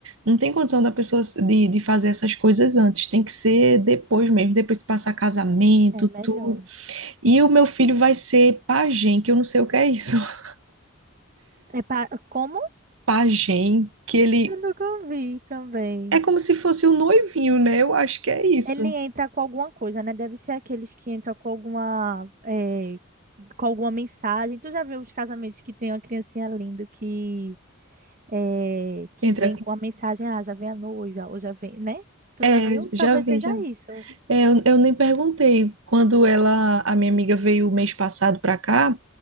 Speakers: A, on the right (about 70°); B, on the right (about 40°).
A: Não tem condição da pessoa se- de, de fazer essas coisas antes. Tem que ser depois mesmo, depois que passar casamento,
B: É melhor.
A: tudo. E o meu filho vai ser pajem, que eu não sei o que é isso. <laughs>
B: É pra, como?
A: Pajem, que ele
B: Eu nunca vi também.
A: é como se fosse o noivinho, né? Eu acho que é isso.
B: Ele entra com alguma coisa, né? Deve ser aqueles que entram com alguma, é, com alguma mensagem. Tu já viu os casamentos que tem uma criancinha linda que eh, que
A: Entra.
B: vem com a mensagem, ah, já vem a noiva, ou já vem, né? Tu
A: É,
B: já viu?
A: já
B: Talvez
A: vi,
B: seja
A: já
B: isso.
A: É, eu, eu nem perguntei quando ela, a minha amiga veio mês passado para cá,